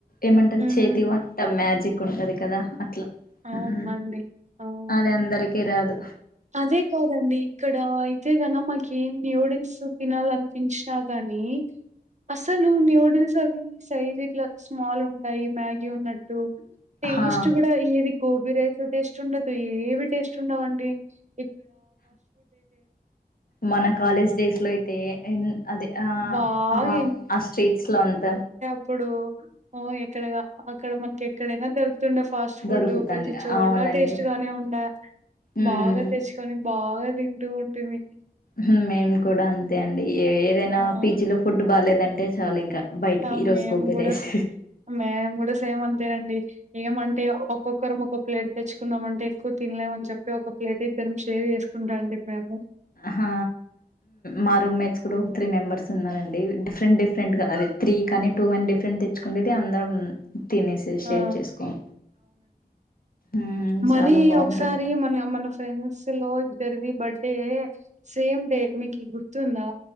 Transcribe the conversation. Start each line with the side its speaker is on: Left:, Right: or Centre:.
Left: ఏమంటారు.
Right: హ్మ్.
Left: చేతి వంట మ్యాజిక్ ఉంటది. కదా అట్లా
Right: అవునండి.
Left: హ్
Right: అవును.
Left: అదే అందరికీ రాదు.
Right: అదే కాదండి. ఇక్కడ అయితే గాన్నా మాకేంది న్యూడిల్స్ తినాలనిపించినా గాని అఅస్సలు న్యూడిల్స్ అవి సైజ్ ఇట్లా స్మాల్ ఉంటాయి. మ్యాగీ ఉన్నట్టు టెస్ట్
Left: హా
Right: కూడా ఏది గోబీ రైస్ టేస్ట్ ఉండదు. ఏవి టేస్ట్ ఉండవు అండి. ఇ
Left: మన కాలేజ్ డేస్ లో అయితే ఏన్ అదే ఆ
Right: బాగా
Left: ఆ ఆ స్ట్రీట్స్ లో అంత
Right: ప్పుడు ఆ ఎక్కడ అక్కడ మనకి ఎక్కడైనా దొరు తుండ ఫాస్ట్ ఫుడ్
Left: దొరుకుతంది
Right: ప్రతి చోటా
Left: అవునండి
Right: టేస్ట్ గానే ఉండ
Left: ఉమ్
Right: బాగా తెచ్చుకొని బాగా తింటూ ఉంటే మీకి
Left: హ్ మేము కూడా అంతే అండి. ఏ ఏదైనా
Right: ఆ!
Left: పీజీ లో ఫుడ్ బాగలేదం టే చాలు ఇంకా బయటికి
Right: ఆ
Left: ఈరోజు
Right: మేము
Left: గోబీ
Right: కూడా
Left: రైస్
Right: మేము కూడా సేమ్ అంతేనండి ఏమంటే ఒక్కొక్కరు ఒక్కొ ప్లేట్ తెచ్చుకున్నాం అంటే ఎక్కువ తినలేమని చెప్పి ఒక ప్లేట్ ఇద్దరం షేర్ చేసుకుంటా అని చెప్పాము
Left: హ మా రూమ్ మేట్స్ కూడా ఒక త్రీ మెంబర్స్ ఉన్నారండి డిఫరెంట్ డిఫరెంట్ గా అదే త్రీ కానీ టూ అని డిఫరెంట్ తెచ్చుకునేది అందరం తినేసి షేర్
Right: ఆ
Left: చేసుకోం ఉమ్
Right: మరి
Left: చాలా బాగుంటుండే
Right: ఒకసారి మన మన ఫ్రెండ్స్ లో ఇద్దరివీ బర్త్డే టే సేమ్ డే మీకు గుర్తుందా